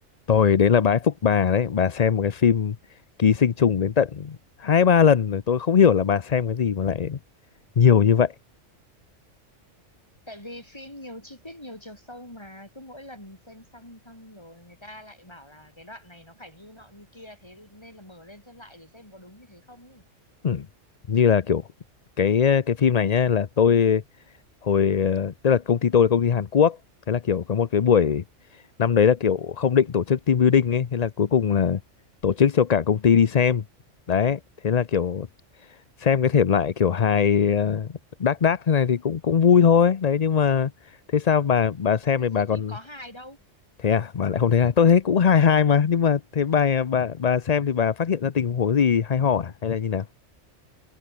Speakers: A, on the left; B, on the left.
A: Tôi đấy là bái phục bà đấy, bà xem một cái phim Ký sinh trùng đến tận hai ba lần rồi tôi không hiểu là bà xem cái gì mà lại nhiều như vậy.
B: Tại vì phim nhiều chi tiết nhiều chiều sâu mà cứ mỗi lần xem xong xong rồi người ta lại bảo là cái đoạn này nó phải như nọ như kia thế nên là mở lên xem lại để xem có đúng như thế không ấy.
A: Ừ. Như là kiểu cái cái phim này nhá là tôi hồi ờ, tức là công ty tôi là công ty Hàn Quốc, thế là kiểu có một cái buổi năm đấy là kiểu không định tổ chức team building ấy, thế là cuối cùng là tổ chức cho cả công ty đi xem. Đấy, thế là kiểu xem cái thể loại kiểu hài ờ, đác đác thế này thì cũng cũng vui thôi đấy nhưng mà thế sao bà bà xem
B: thực
A: thì bà
B: sự
A: còn
B: phim có hài đâu
A: thế à bà lại không thấy hài tôi thấy cũng hài
B: Ừ,
A: hài mà nhưng mà thế bà bà bà xem thì bà phát hiện ra tình huống gì hay ho à hay là như nào